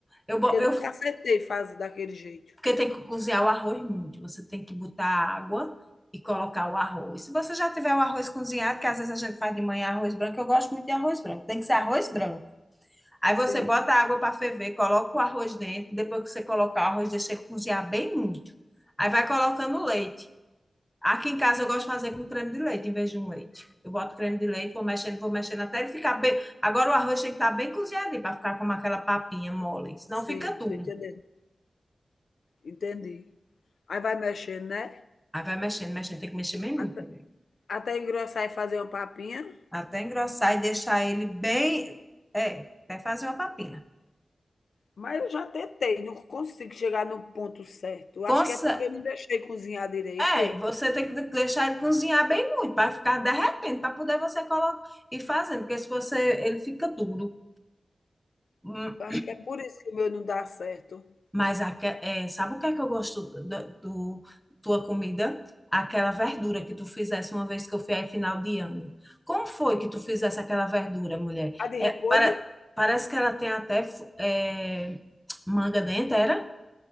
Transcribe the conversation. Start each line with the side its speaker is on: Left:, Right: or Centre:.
Centre: Eu, bo-
Left: Porque eu
Centre: eu
Left: nunca acertei fazer daquele jeito.
Centre: Porque tem que cozinhar o arroz muito. Você tem que botar água e colocar o arroz. Se você já tiver o arroz cozinhado, que às vezes a gente faz de manhã arroz branco, eu gosto muito de arroz branco. Tem que ser arroz branco. Aí
Left: Sim,
Centre: você bota a água para ferver, coloca o arroz dentro. Depois que você colocar o arroz, deixa ele cozinhar bem muito. Aí vai colocando leite. Aqui em casa eu gosto de fazer com creme de leite em vez de um leite. Eu boto creme de leite, vou mexendo, vou mexendo até ele ficar bem. Agora o arroz tem que estar bem cozinhadinho para ficar com aquela papinha mole. Senão
Left: sim,
Centre: fica duro.
Left: tô entendendo. Entendi. Aí vai mexendo, né?
Centre: Aí vai mexendo, mexendo, tem que mexer bem muito,
Left: Até,
Centre: né?
Left: até engrossar e fazer uma papinha.
Centre: Até engrossar e deixar ele bem. É, até fazer uma papinha.
Left: Mas eu já tentei, não consigo chegar no ponto certo. Eu Acho
Centre: Consa-
Left: que é porque eu não deixei cozinhar direito,
Centre: É,
Left: hein?
Centre: você tem que deixar ele cozinhar bem muito, para ficar derretendo, para poder você colocar e fazendo, porque se você. Ele fica duro. Hum,
Left: Eu acho que é por isso que o meu não dá certo.
Centre: Mas aque- é, sabe o que é que eu gosto da do, tua comida? Aquela verdura que tu fizesse uma vez que eu fui aí final de ano. Como foi que tu fizesse aquela verdura, mulher?
Left: A de
Centre: É,
Left: repolho?
Centre: para, parece que ela tem até fu- é, manga dentro, era?